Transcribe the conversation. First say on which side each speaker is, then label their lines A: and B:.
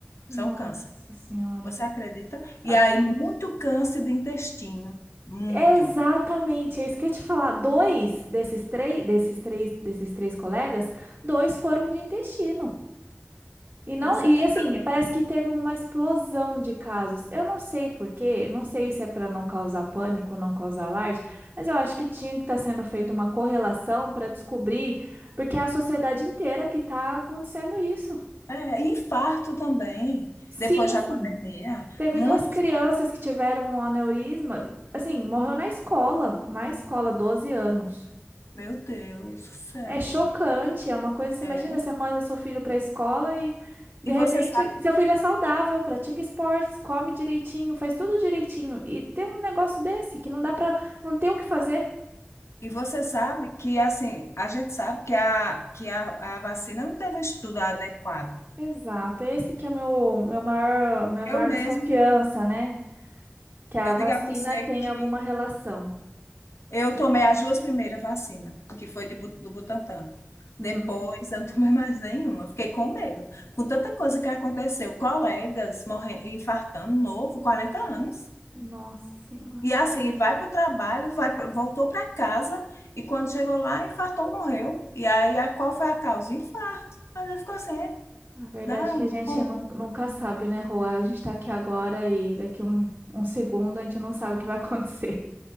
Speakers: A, on the right; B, on the left.
A: Nossa
B: são câncer.
A: Senhora.
B: Você acredita? E
A: Eu Acredito.
B: aí, muito câncer de intestino, muito.
A: Exatamente, é isso que eu ia te falar. Dois desses três, desses três, desses três colegas, dois foram de intestino. E não,
B: Pois
A: e
B: é.
A: assim, parece que teve uma explosão de casos. Eu não sei por quê, não sei se é para não causar pânico, não causar alarde, mas eu acho que tinha que estar sendo feita uma correlação para descobrir, porque é a sociedade inteira que está acontecendo isso.
B: É, e infarto também,
A: Sim,
B: depois da pandemia.
A: teve
B: Muitos,
A: duas crianças que tiveram um aneurisma, assim, morreu na escola, na escola, 12 anos.
B: meu Deus do céu.
A: É chocante, é uma coisa, você
B: É.
A: imagina, você manda seu filho para a escola e de
B: E
A: repente
B: você sabe,
A: seu filho é saudável, pratica esportes, come direitinho, faz tudo direitinho e tem um negócio desse que não dá para, não tem o que fazer.
B: e você sabe que assim, a gente sabe que a, que a, a vacina não teve um estudo adequado.
A: Exato, esse que é o meu, meu maior, minha
B: Eu
A: maior
B: mesmo,
A: desconfiança, né? Que a
B: eu
A: vacina
B: digo a você
A: tem
B: que
A: alguma relação.
B: eu tomei as duas primeiras vacinas, que foi de, Bu- do Butantan. Depois
A: Hum,
B: eu não tomei mais nenhuma. Fiquei com medo. Com tanta coisa que aconteceu, colegas morrendo, infartando, novo, 40 anos.
A: nossa senhora.
B: E assim, vai para o trabalho, vai pra- voltou para casa e quando chegou lá, infartou, morreu. E aí, a- qual foi a causa? Infarto. Mas ele ficou assim, é?
A: A verdade
B: Dá
A: é
B: um,
A: que a gente
B: como?
A: nun- nunca sabe, né, Rua? A gente tá aqui agora e daqui um, um segundo a gente não sabe o que vai <laughs> acontecer.